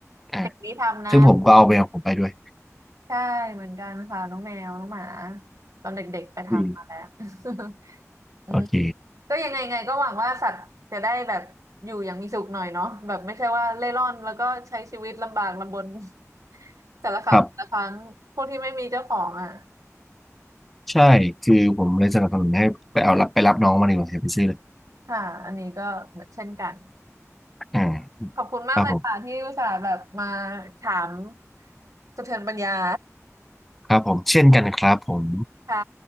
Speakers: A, in the centre; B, on the right (about 80°).
A: อ่า
B: เพจนี้ทำนะ
A: ซึ่งผมก็เอาไปของผมไปด้วย
B: ใช่เหมือนกันค่ะน้องแมวน้องหมาตอนเด็กๆไปทำมาแล้ว
A: ฟรี
B: <laughs> อืม
A: โอเค
B: ก็ยังไงไงก็หวังว่าสัตว์จะได้แบบอยู่อย่างมีสุขหน่อยเนาะแบบไม่ใช่ว่าเล่ร่อนแล้วก็ใช้ชีวิตลำบากลำบน <laughs> แต่ละครั้งแต่ละครั้งพวกที่ไม่มีเจ้าของอ่ะ
A: ครับใช่คือผมเลยสนับสนุนให้ไปเอารับไปรับน้องมาดีกว่าอย่าไปซื้อเลย
B: ค่ะอันนี้ก็เหมือนเช่นกัน
A: อ่า
B: ขอบคุณมากเลยค่ะที่อุตส่าห์แบบมา
A: ครับผม
B: ถามสะเทือนปัญญา
A: ครับผมเช่นกันครับผม
B: <laughs> ค่ะ